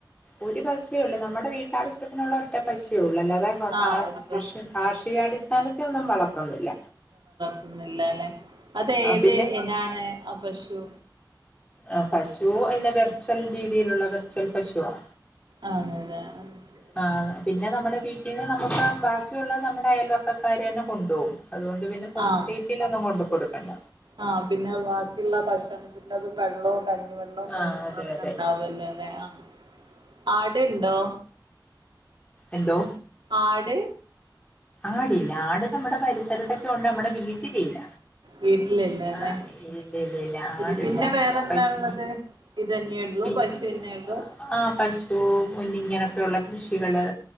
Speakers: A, on the left (about 15°); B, on the right (about 75°).
A: ഒരു പശു ഉള്ളൂ നമ്മുടെ വീട്ടാവശ്യത്തിനുള്ള ഒറ്റ പശിയെ ഉള്ളൂ അല്ലാതെ ന്നൊകാ
B: ആഹ് ഒരു
A: കൃഷ
B: പശു
A: കാർഷികാടിസ്ഥാനത്തെ ഒന്നും വളർത്തുന്നില്ല
B: ല്ലല്ലെ അതേത്
A: പിന്നെ
B: ഇനാണ് ആഹ് പശു
A: ആഹ് പശു അയ്ലെ വെർച്വൽ രീതിയിലുള്ള വെർച്വൽ പശുവാ
B: ആണല്ലേ അം ശ
A: ആഹ് പിന്നെ നമ്മുടെ വീട്ടിൽ നിന്ന് നമുക്കാ ബാക്കിയുള്ളത് നമ്മുടെ അയൽവക്കത്‌ അവര് ന്നെ കൊണ്ടോഉം അതുകൊണ്ട് പിന്നെ സൊസൈറ്റിയിൽന്നും
B: ആഹ്
A: കൊണ്ടു കൊടുക്കണ്ട
B: ആഹ് പിന്നെ ബാക്കിള്ള ഭക്ഷണത്തിന്റത് വെള്ളോ കഞ് വെള്ളോം കാര്യങ്ങളൊക്കെ
A: ആഹ് അതെ അതെ
B: ഉണ്ടാവല്ലോല്ലെ ആഹ് ആടണ്ടോ
A: എന്തോ
B: ആട്
A: ആടില്ല ആട് നമ്മുടെ പരിസരത്തൊക്കെണ്ട് നമ്മടെ വീട്ടിലില്ല
B: വീട്ടിലല്ലന്നെ
A: ആഹ് ഇല്ല ഇല്ല ഇല്ല
B: ശരി
A: ആടില്ല
B: പിന്നെ വേറെന്താ
A: പശു
B: ഉള്ളത് ഇതെന്നെള്ളൂ
A: പിന്നെ
B: പശുഎന്നെള്ളൂ
A: ആഹ് പശു മുന്നിങ്ങനൊക്കെയുള്ള കൃഷികള്